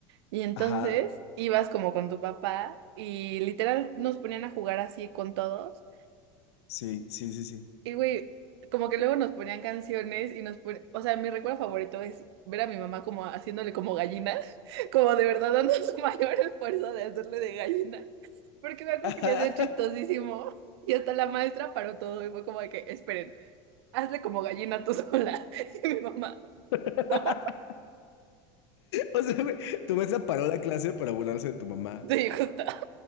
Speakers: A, on the right; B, on the left.
A: Y entonces
B: Ajá.
A: ibas como con tu papá y literal nos ponían a jugar así con todos.
B: Sí, sí, sí, sí.
A: Y güey, como que luego nos ponían canciones y nos ponían, o sea, mi recuerdo favorito es ver a mi mamá como haciéndole como gallina, <laughs> como de verdad dando <laughs> su mayor esfuerzo de hacerle de gallina, porque me acuerdo
B: Ajá.
A: que le hacía chistosísimo y hasta la maestra paró todo y fue como de que, esperen, hazle como gallina tú sola. <laughs> Y mi mamá,
B: <laughs>
A: no,
B: O sea, güey, tu maestra paró la clase para burlarse de tu mamá.
A: sí, justo,